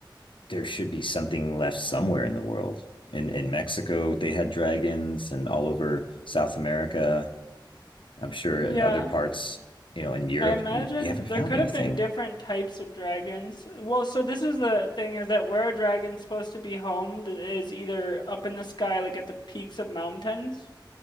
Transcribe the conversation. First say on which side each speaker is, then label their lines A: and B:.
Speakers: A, on the left; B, on the left.
A: there should be something left somewhere in the world. In in Mexico, they had dragons, and all over South America, I'm sure
B: Yeah,
A: in other parts, you know, in Europe,
B: I imagine
A: we, we haven't
B: there
A: found
B: could
A: anything.
B: have been different types of dragons. Well, so this is the thing is that where a dragon's supposed to be homed is either up in the sky, like at the peaks of mountains,